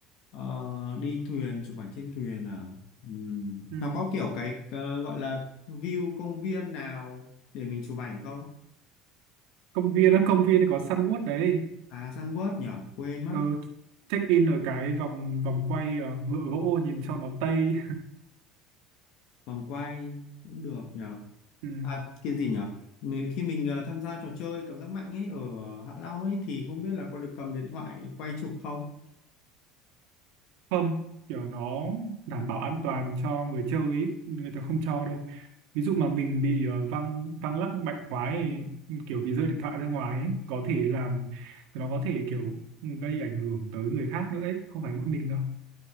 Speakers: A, on the left; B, on the right.
A: ờ, đi thuyền chụp ảnh trên thuyền à ừ.
B: ừ.
A: nó có kiểu cái ờ, gọi là view công viên nào để mình chụp ảnh không
B: Công viên á, công viên có săn gút đấy.
A: à Sunward nhỉ quên mất
B: Ờ, check in ở cái vòng vòng quay ờ, ngựa gỗ nhìn cho nó tây.
A: vòng quay cũng được nhờ
B: <laughs> Ừ.
A: à cái gì nhở Mình- khi mình ờ, tham gia trò chơi cảm giác mạnh ấy ở Hạ Long ấy thì không biết là có được cầm điện thoại quay chụp không
B: không kiểu nó đảm bảo an toàn cho người chơi ý, người ta không cho đâu ví dụ mà mình bị ờ, văng văng lắc mạnh quá ấy, kiểu bị rơi điện thoại ra ngoài ấy, có thể làm nó có thể kiểu ừ, gây ảnh hưởng tới người khác nữa ấy, không phải mỗi mình đâu